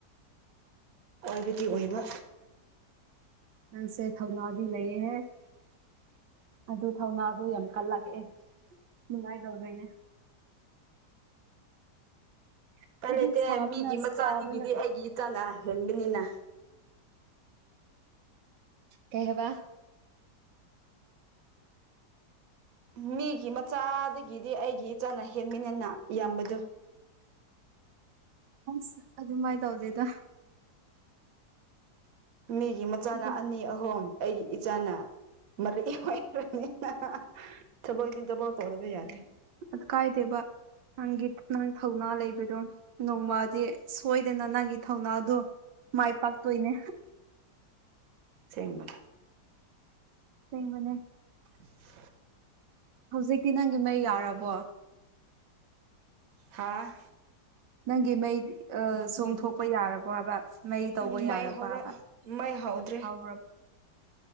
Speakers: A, on the right; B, on the right.
A: ꯑꯣꯏꯕꯗꯤ ꯑꯣꯏꯕ
B: ꯅꯪꯁꯦ ꯊꯧꯅꯥꯗꯤ ꯂꯩꯌꯦꯍꯦ ꯑꯗꯨ ꯊꯧꯅꯥꯗꯣ ꯌꯥꯝ ꯀꯜꯂꯛꯑꯦ ꯅꯨꯡꯉꯥꯏ ꯇꯧꯗꯣꯏꯅꯦ
A: ꯎꯄꯥꯏꯂꯩꯇꯦ
B: ꯍꯥꯏꯗꯤ ꯁꯥꯕꯅ
A: ꯃꯤꯒꯤ ꯃꯆꯥꯗꯨꯗꯒꯤꯗꯤ
B: ꯁꯥꯕꯅ
A: ꯑꯩꯒꯤ ꯏꯆꯥꯅ ꯍꯦꯟꯕꯅꯤꯅ
B: ꯀꯩ ꯍꯥꯏꯕ
A: ꯃꯤꯒꯤ ꯃꯆꯥꯗꯒꯤꯗꯤ ꯑꯩꯒꯤ ꯏꯆꯥꯅ ꯍꯦꯟꯕꯅꯤꯅ ꯌꯥꯝꯕꯗꯨ
B: ꯑꯁ ꯑꯗꯨꯃꯥꯏ ꯇꯧꯗꯦꯗ
A: ꯃꯤꯒꯤ ꯃꯆꯥꯅ
B: ꯑꯗꯨ
A: ꯑꯅꯤ ꯑꯍꯨꯝ ꯑꯩꯒꯤ ꯏꯆꯥꯅ ꯃꯔꯛ ꯑꯣꯏꯈꯔꯕꯅꯤꯅ ꯊꯕꯛꯗꯤ ꯊꯕꯛ ꯇꯧꯗꯕ ꯌꯥꯔꯦ
B: ꯑ ꯀꯥꯏꯗꯦꯕ ꯅꯪꯒꯤ ꯅꯪ ꯊꯧꯅꯥ ꯂꯩꯕꯗꯣ ꯅꯣꯡꯃꯗꯤ ꯁꯣꯏꯗꯅ ꯅꯪꯒꯤ ꯊꯧꯅꯥꯗꯣ ꯃꯥꯏ ꯄꯥꯛꯇꯣꯏꯅꯦ
A: ꯁꯦꯡꯕ
B: ꯑꯁꯦꯡꯕꯅꯦ
A: ꯎꯝ
B: ꯍꯧꯖꯤꯛꯇꯤ ꯅꯪꯒꯤ ꯃꯩ ꯌꯥꯔꯕꯣ
A: ꯍꯥꯥ
B: ꯅꯪꯒꯤ ꯃꯩ ꯑ ꯆꯣꯡꯊꯣꯛꯄ ꯌꯥꯔꯕꯣ ꯍꯥꯏꯕ ꯃꯩ ꯇꯧꯕ
A: ꯎꯝ
B: ꯌꯥꯔꯕꯥꯕ
A: ꯃꯩ ꯍꯧꯔ ꯃꯩ ꯍꯧꯗ꯭ꯔꯦ
B: ꯍꯥꯎꯔꯕ